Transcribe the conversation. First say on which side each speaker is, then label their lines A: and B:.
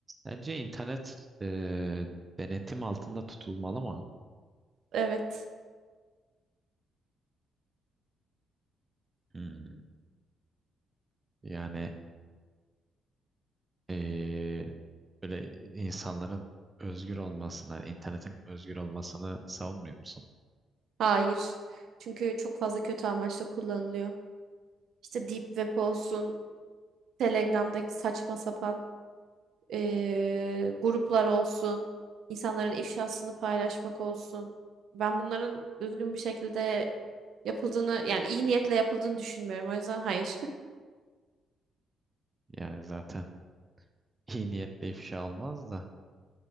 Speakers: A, on the right; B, on the right.
A: Bence internet e, denetim altında tutulmalı mı?
B: Evet.
A: Hmm. Yani e, böyle insanların özgür olmasını, yani internetin özgür olmasını savunmuyor musun?
B: Hayır. Çünkü çok fazla kötü amaçla kullanılıyor. İşte Deep Web olsun, Telegram'daki saçma sapan eee, gruplar olsun, insanların ifşasını paylaşmak olsun. Ben bunların düzgün bir şekilde yapıldığını, yani iyi niyetle yapıldığını düşünmüyorum. O yüzden hayır.
A: Yani zaten <laughs> iyi niyetle ifşa olmaz da.